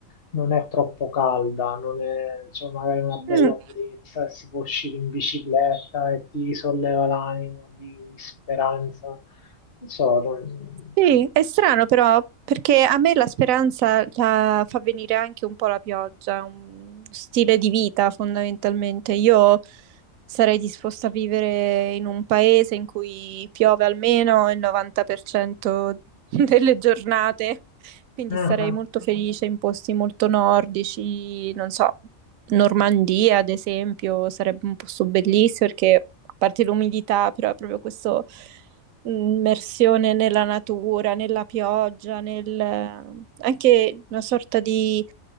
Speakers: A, on the left; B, on the right.
A: non è troppo calda, non è, c'è magari una bella
B: Mm,
A: brezza, e si può uscire in bicicletta e ti solleva l'animo di, di speranza. Non so, non...
B: Sì, è strano però, perché a me la speranza la fa venire anche un po' la pioggia, è un stile di vita fondamentalmente. Io sarei disposta a vivere in un paese in cui piove almeno il 90% <laughs> delle giornate, quindi
A: Ah,
B: sarei molto felice in posti molto nordici, non so, Normandia ad esempio, sarebbe un posto bellissimo perché a parte l'umidità, però è proprio questo immersione nella natura, nella pioggia, nel, anche una sorta di